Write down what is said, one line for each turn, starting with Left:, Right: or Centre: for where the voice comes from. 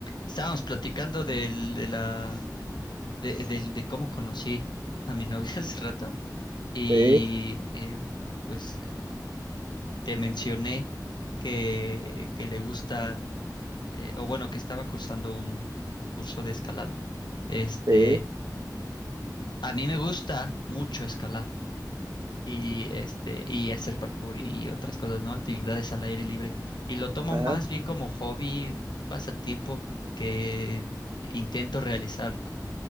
Left: Estábamos platicando del, de la, de, del- de cómo conocí a mi novia <laughs> hace rato y
Right: Sí,
Left: eh, pues te mencioné que, que le gusta, eh, o bueno, que estaba cursando un, un curso de escalada. Este,
Right: sí,
Left: a mí me gusta mucho escalar y este, y hacer parkour y otras cosas, ¿no? Actividades al aire libre. Y lo tomo
Right: ajá,
Left: más bien como hobby, un pasatiempo que intento realizar